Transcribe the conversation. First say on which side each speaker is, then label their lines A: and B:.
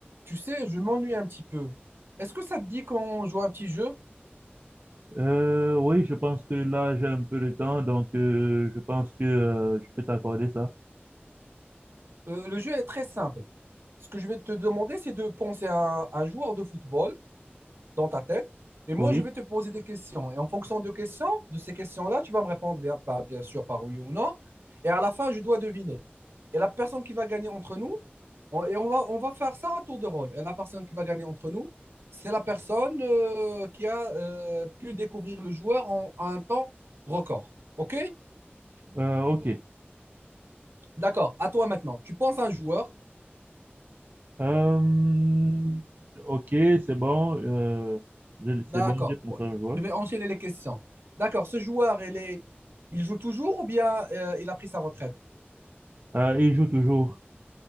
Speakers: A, on the right (about 70°); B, on the right (about 50°).
A: Tu sais, je m'ennuie un petit peu. Est-ce que ça te dit qu'on joue à un petit jeu?
B: Euh, oui, je pense que là, j'ai un peu de temps, donc euh, je pense que euh, je peux t'accorder ça.
A: Euh, le jeu est très simple. Ce que je vais te demander, c'est de penser à un, un joueur de football dans ta tête. Et moi,
B: Oui,
A: je vais te poser des questions. Et en fonction de questions, de ces questions-là, tu vas me répondre bien, par- bien sûr par oui ou non. Et à la fin, je dois deviner. Et la personne qui va gagner entre nous, on- et on va, on va faire ça à tour de rôle. Et la personne qui va gagner entre nous, c'est la personne euh, qui a euh, pu découvrir le joueur en, en un temps record. OK?
B: Euh, ok.
A: D'accord, à toi maintenant. Tu penses à un joueur.
B: Euh, ok, c'est bon. Euh, je- c'est
A: D'accord.
B: bon, j'ai pensé
A: Ouais.
B: à le joueur.
A: Je vais enchaîner les questions. D'accord, ce joueur, il est... il joue toujours ou bien euh, il a pris sa retraite?
B: Euh, il joue toujours